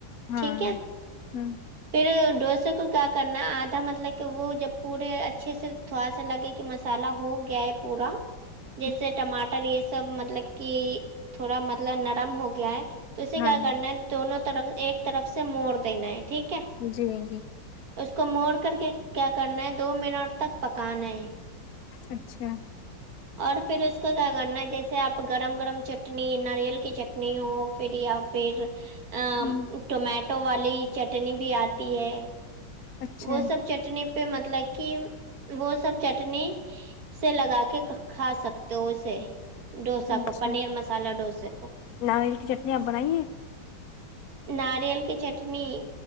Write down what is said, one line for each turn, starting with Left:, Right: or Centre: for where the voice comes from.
Left: ہاں
Right: ٹھیک ہے
Left: ہ
Right: فیر ڈوسے کو کیا کرنا آدھا مطلب کی وہ جب پورے اچھے سے تھوڑا سا لگے کی مسالہ ہو گیا ہے پورا
Left: <inaudible>
Right: جیسے ٹماٹر یے سب مطلب کی تھوڑا مطلب نرم ہو گیا ہے تو اسے کیا
Left: ہاں
Right: کرنا دونوں طرف ایک طرف سے موڑ دینا ہے ٹھیک ہے
Left: جی جی
Right: اس کو موڑ کر کے کیا کرنا ہے دو منٹ تک پکانا ہے
Left: اچھا
Right: اور فیر اس کو کیا کرنا جیسے آپ گرم گرم چٹنی ناریل کی چٹنی ہو فیر آپ فیر آ
Left: ہ
Right: ٹمیٹو والی چٹنی بھی آتی ہے
Left: اچھا
Right: وہ سب چٹنی پے مطلب کی وہ سب چٹنی سے لگا کے کھا سکتے ہو اسے ڈوسا
Left: اچھا
Right: کو پنیر مسالہ ڈوسے کو
Left: ناریل کی چٹنی آپ بنائیے
Right: ناریل کی چٹنی